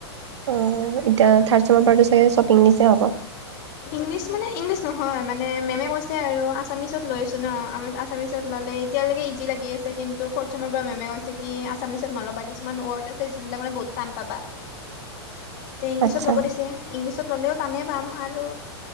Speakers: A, on the right; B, on the left.
A: অ এতিয়া থাৰ্ড চেমৰ পাৰটো চাগে চব ইংলিছ এ হ'ব।
B: ইংলিছ মানে ইংলিছ নহয় মানে মেমে কৈছে আৰু আছামিচত লৈ আছো ন আছা মিছত ল'লে এতিয়ালৈকে ইজি লাগি আছে কিন্তু ফৰ্থ চেমৰ পৰা মেমে কৈছে কি আছামিছত নলবা কিছুমান ৱৰ্ড আছে। যোনবিলাক মানে বহুত টান পাবা এতিয়া ইংলিছত
A: আচ্ছা
B: ল'ব দিছে ইংলিছত ল'লেও টানে পাম আৰু